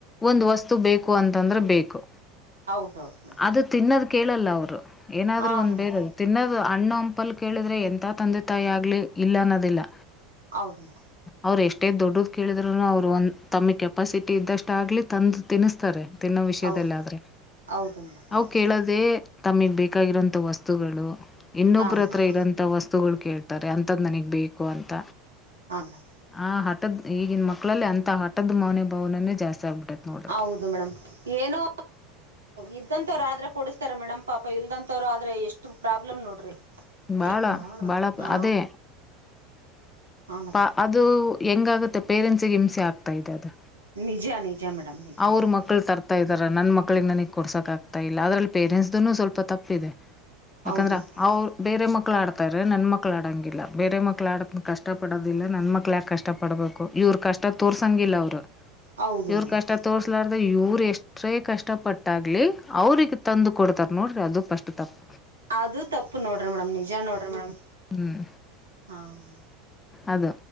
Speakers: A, on the left (about 20°); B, on the right (about 85°).
A: ಒಂದು ವಸ್ತು ಬೇಕು ಅಂತಂದ್ರೆ ಬೇಕು
B: ಹೌದ ಹೌದು ಮೇಡಮ್
A: ಅದು ತಿನ್ನೋದು ಕೇಳಲ್ಲ ಅವ್ರು ಏನಾದ್ರು
B: ಹಾ
A: ಒಂದ್
B: ಮೇಡಮ್
A: ಬೇರೆ ತಿನ್ನೋದು ಅಣ್ಣು ಹಂಪಲ್ ಕೇಳಿದ್ರೆ ಎಂಥ ತಂದೆ ತಾಯಿ ಆಗಲಿ ಇಲ್ಲ ಅನ್ನೋದಿಲ್ಲ
B: ಹೌದು ಮೇಡಮ್
A: ಅವ್ರು ಎಷ್ಟೇ ದೊಡ್ಡದ ಕೇಳಿದ್ೂನು ಅವ್ರು ಒಂದ ತಮಗ್ ಕೆಪಾಸಿಟಿ ಇದ್ದಷ್ಟ ಆಗ್ಲಿ ತಂದು ತಿನ್ನಿಸ್ತಾರೆ ತಿನ್ನೋ ವಿಷಯದಲ್ಲ
B: ಹೌದು
A: ಆದ್ರೆ
B: ಹೌದು ಮೇಡಮ್ ಹೌದು
A: ಅವು ಕೇಳೋದೆೇ
B: ಮೇಡಮ್
A: ತಮಗ್ ಬೇಕಾಗಿರಂತಥ ವಸ್ತುಗಳು ಇನ್ನೊಬ್ಬರ
B: ಹಾಂ ಮೇಡಮ್
A: ಹತ್ರ ಇರಂತಥ ವಸ್ತುಗಳು ಕೇತಾರೆ ಅಂತದ ನನಗ್ ಬೇಕು ಅಂತ
B: ಹಾಂ ಮೇಡಮ್
A: ಆ ಹದ ಈಗಿನ ಮಕ್ಕಳಲ್ಲಿ ಅಥ ಆಟದ ಮಾೌನೆ ಬ ಭಾವನೇ ಜಸ್ ಆಗ್ಬಿಟ್ಟೈತೆ ನೋಡ್ರರಿ
B: ಹೌದು ಮೇಡಮ್ ಏನೋ ಇದ್ದಂವ್ರು ಆದ್ರೆ ಕೊಡಿಸ್ತಾರ ಮೇಡ್ ಪಾಪ ಇಲ್ದಂವ್ರು ಆದ್ರೆ ಎಷ್ಟು ಪ್ರಾಬ್ಲಮ್ ನೋಡ್ರಿ
A: ಭಾಳ
B: ಬಾಳ
A: ಭಾಳ
B: ಹ
A: ಅದೇ
B: ಮೇಡ್
A: ಪಾ ಅದು ಹೆಂಗಾಗುತ್ತೆ. ಪೇರೆಂಟ್ಸ್ ಗೆ ಹಿಂಸೆ ಆಗ್ತಾ ಇದೆ.......
B: ನಿಜ ನಿಜ ಮೇಡಮ್ ನಿಜ
A: ಅವ್ರ
B: ಮೇಡಮ್
A: ಮಕ್ಕಳು ತರ್ತಾ ಇದ ನನ್ ಮಕ್ಳಿಗೆ ನನಗ್ ಕೊಡ್ಸಕಕ್ ಆತಾ ಇಲ್ಲ ಅದ್ರಲ್ಲಿ ಪೇರೆಂಟ್ಸ್. ಅನ್ನು ಸ್ವಲ್ಪ ತಪ್ಪಿದೆ ಯಾಕಂದ್ರೆ
B: ಹೌದು ಮೇಡಮ್
A: ಅವ. ಬೇರೆ ಮಕ್ಳು ಆಡ್ತಾರೆ ನನ್ ಮಕ್ಳ ಆಡಂಗಿಲ್ಲ ಬೇರೆ ಮಕ್ಳ ಆಡದ ಕಷ್ಟ ಪಡೋದಿಲ್ಲ ನನ್ ಮಕ್ಳ ಯಾಕೆ ಕಷ್ಟ ಪಡ್ಬೇಕು ಇವ್ರ ಕಷ್ಟ ತೋರ್ಸಂಗಿಲ್ಲ ಅವರು..
B: ಹೌದು
A: ಇವ್ರ
B: ಮೇಡಮ್
A: ಕಷ್ಟ ತೋಸ್ಲಾರ್ದ ಇವ್ರು ಎಷ್ಟೇ ಕಷ್ಟ ಪಟ್ಟಾಗ್ಲಿ ಅವ್ರಿಗೆ ತಂದು ಕೊಡ್ತಾರ ನೋಡ್ರಿ ಅದು ಪಸ್ಟ್. ಉ ತಪ್ಪ
B: ಅದು ತಪ್ಪು ನೋಡ್ರಿ ಮೇಡಂ ನಿಜ ನೋಡ್ರಿ ಮೇಡಂ
A: ಹ್ಮ್
B: ಹಾ ಹ್ಮ್..
A: ಅದು